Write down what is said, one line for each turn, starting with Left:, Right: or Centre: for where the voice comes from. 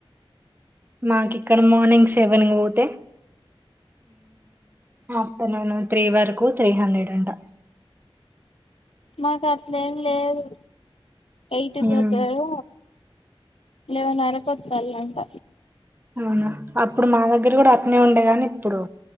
Right: మాకు ఇక్కడ మార్నింగ్ సెవెన్ పోతే ఆఫ్టర్నూన్ త్రీ వరకు త్రీ హండ్రెడ్ అంట
Left: మాకు అసలేం లేదు ఎయిట్
Right: ఉమ్
Left: పోతారు లేవన్ వరకు వత్తల్లు అంట
Right: అవునా అప్పుడు మా దగ్గర కూడా అట్టనే ఉండేగాని ఇప్పుడు